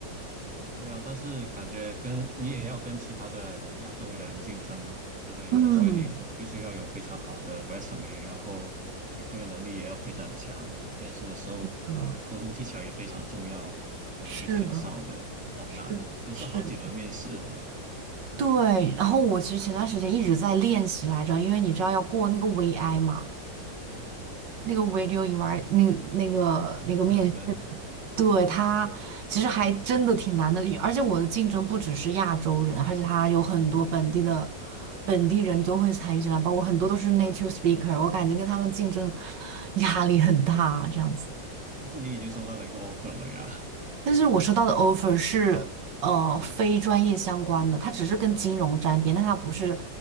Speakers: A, in the centre; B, on the right.
A: 对啊，但是感觉跟你也要跟其他的亚洲人竞争之类的，
B: 嗯，
A: 所以你必须要有非常好的 resume，然后你个人能力也要非常强。面试的时候，
B: 呃，
A: 你的沟通技巧也非常重要，才能被选上。
B: 是的，
A: 我觉得好难啊，
B: 是是，
A: 都是好几轮面试的。
B: 对，然后我其实前段时间一直在练习来着，因为你知道要过那个 VI 嘛，
A: 嗯
B: 那个 video eval 那那个那个面试，
A: ，Jasmine，呢
B: 对，他其实还真的挺难的，而且我的竞争不只是亚洲人，而且他有很多本地的本地人都会参与进来，包括很多都是 native speaker，我感觉跟他们竞争压力很大，这样子。
A: 但是你已经收到了一个 offer 了呀。
B: 但是我收到的 offer 是呃非专业相关的，它只是跟金融沾边，但它不是